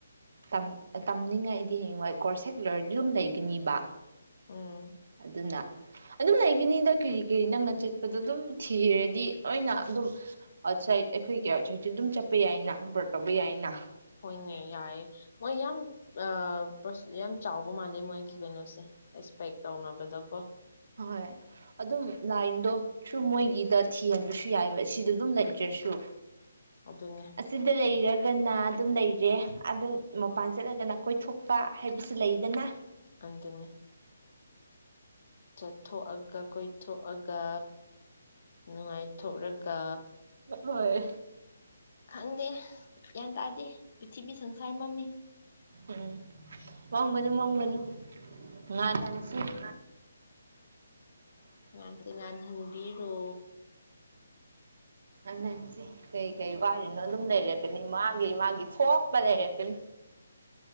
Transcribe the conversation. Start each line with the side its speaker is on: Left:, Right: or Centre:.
Right: ꯇꯝ-ꯇꯝꯅꯤꯡꯉꯥꯏ꯫ ꯍꯌ‌ꯦꯡꯋꯥꯏ ꯀꯣꯔꯁ ꯂꫭꯏꯔꯗꯤ ꯑꯗꯨꯝ ꯂꯩꯒꯅꯤꯕ꯫
Left: ꯎꯝ
Right: ꯑꯗꯨꯅ ꯑꯗꯨꯝ ꯂꯩꯒꯅꯤꯗ ꯀꯔꯤ ꯀꯔꯤ ꯅꯪꯅ ꯆꯠꯄꯗ ꯑꯗꯨꯝ ꯊꯤꯔꯗꯤ ꯂꯣꯏꯅ ꯑꯗꯨꯝ ꯑꯥꯎꯠꯁꯥꯏꯠ ꯑꯩꯈꯣꯏꯒꯤ ꯑꯥꯎꯠꯁꯥꯏꯠꯁꯨ ꯑꯗꯨꯝ ꯆꯠꯄ ꯌꯥꯏꯅ ꯑꯕꯔꯣꯠ ꯇꯧꯕ ꯌꯥꯏꯅ꯫
Left: ꯍꯣꯏꯅꯦ ꯌꯥꯏꯌꯦ ꯌꯥꯝ ꯑꯑ꯫ ꯄꯔꯁ ꯌꯥꯝꯅ ꯆꯥꯎꯕ ꯃꯥꯜꯂꯦ ꯃꯣꯏꯒꯤ ꯀꯩꯅꯣꯁꯦ꯫ ꯄꯦꯛ ꯇꯧꯅꯕꯗ꯫ ꯫
Right: ꯍꯣꯏ ꯑꯗꯨꯝ ꯂꯥꯏꯟꯗꯣ ꯁꯨꯝ ꯃꯣꯏꯒꯤꯗ ꯊꯤꯍꯟꯕꯁꯨ ꯌꯥꯏꯑꯕ ꯁꯤ ꯑꯗꯨꯝ ꯂꯩꯗ꯭ꯔꯁꯨ
Left: ꯑꯗꯨꯅꯤ
Right: ꯑꯁꯤꯗ ꯂꯩꯔꯒꯅ ꯑꯗꯨꯝ ꯂꯩꯔꯦ ꯑꯗ ꯃꯄꯥꯟ ꯆꯠꯂꯒꯅ ꯀꯣꯏꯊꯣꯛ ꯄ ꯍꯥꯏꯕꯁꯨ ꯂꯩꯗꯅ
Left: ꯑꯗꯨꯅꯦ ꯆꯠꯊꯣꯛꯑꯒ ꯀꯣꯏꯊꯣꯛꯑꯒ꯫ ꯅꯨꯡꯉꯥꯏꯊꯣꯛꯂꯒ
Right: ꯍꯣꯏ
Left: ꯈꯪꯗꯦ ꯭ꯟ ꯇꯥꯗꯦ ꯄ꯭ꯔꯤꯊꯤꯕꯤ ꯁꯪꯁꯥꯔ ꯃꯃꯤ
Right: ꯎꯝ ꯃꯥꯡꯒꯅꯨ ꯃꯥꯡꯒꯅꯨ ꯉꯥ ꯊꯟꯁꯤ <inaudible>
Left: ꯃꯥꯁꯨ ꯉꯥꯟ ꯍꯟꯕꯤꯔꯣ
Right: ꯑꯍꯟꯁꯤ ꯀꯩ ꯀꯩ ꯋꯥꯔꯤꯅꯣ ꯑꯗꯨꯝ ꯂꯩꯔꯛꯀꯅꯤ ꯃꯥꯒꯤ ꯃꯥꯒꯤ ꯊꯣꯛꯄ ꯂꯩꯔꯀꯅꯤ